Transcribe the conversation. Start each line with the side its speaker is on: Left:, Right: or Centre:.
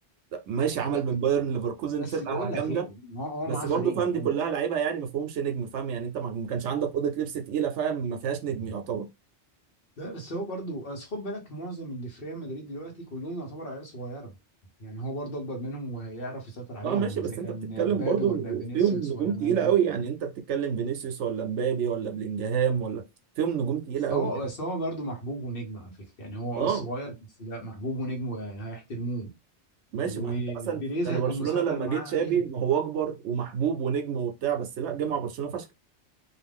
Right: ماشي عمل
Left: ب-
Right: من بايرن ليفركوزن
Left: بس
Right: فرقه
Left: بقول لك
Right: جامده
Left: ايه هو هو
Right: بس
Left: معاه
Right: برضه
Left: فريق
Right: فاهم
Left: جامد
Right: دي كلها لعيبه يعني ما فيهمش نجم فاهم يعني انت ما ما كانش عندك اوضه لبس تقيله فاهم ما فيهاش نجم يعتبر
Left: لا بس هو برضه أصل خد بالك معظم اللي في ريال مدريد دلوقتي كلهم يعتبر عيال صغيرة يعني هو برضه اكبر منهم وهيعرف يسيطر عليهم
Right: اه ماشي
Left: اذا
Right: بس
Left: كان
Right: انت بتتكلم
Left: مبابي
Right: برضو
Left: ولا فينيسيوس
Right: فيهم نجوم
Left: ولا الناس
Right: تقيلة
Left: دي
Right: قوي يعني انت بتتكلم فينيسيوس ولا مبابي ولا بلينجهام ولا فيهم نجوم تقيلة
Left: بس
Right: قوي
Left: هو
Right: يعني
Left: بس هو برضه محبوب ونجم على فكرة يعني هو
Right: اه
Left: اه صغير بس لا محبوب ونجم وهيحترموه
Right: ماشي
Left: وبيريز
Right: ما انت مثلا يعني
Left: هيكون
Right: برشلونة
Left: مسيطر
Right: لما
Left: معاه
Right: جه تشافي
Left: عليهم
Right: ما هو اكبر ومحبوب ونجم وبتاع بس لا جه مع برشلونة فشخ